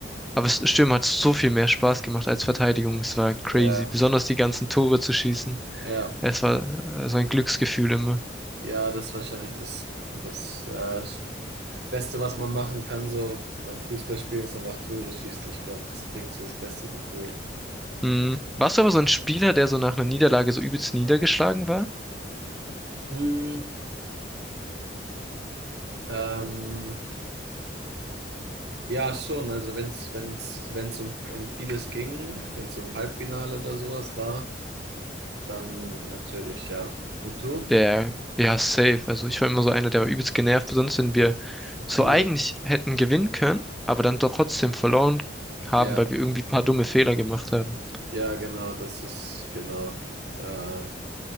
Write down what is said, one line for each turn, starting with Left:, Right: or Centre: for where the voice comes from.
Centre: aber es- Stürmer hat so viel mehr Spaß gemacht als Verteidigung. Es war crazy,
Right: Ja,
Centre: besonders die ganzen Tore zu schießen.
Right: ja.
Centre: Es war äh, so ein Glücksgefühl immer.
Right: Ja, das ist wahrscheinlich das, das äh, Beste, was man machen kann, so beim Fußballspielen, ist einfach Tore schießen. Ich glaube, das bringt so das beste Gefühl.
Centre: Hm. Warst du aber so ein Spieler, der so nach einer Niederlage so übelst niedergeschlagen war?
Right: Hm, ähm, Ja, schon. Also wenn's, wenn's, wenn's um, um vieles ging, wenn's um Halbfinale oder sowas war, dann natürlich, ja. Und du?
Centre: Der, ja, safe. Also ich war immer so einer, der übelst genervt, sonst wenn wir
Right: Ja,
Centre: so eigentlich hätten gewinnen können, aber dann doch trotzdem verloren haben,
Right: ja,
Centre: weil wir irgendwie ein paar dumme Fehler gemacht haben.
Right: ja, genau, das ist, genau. Äh,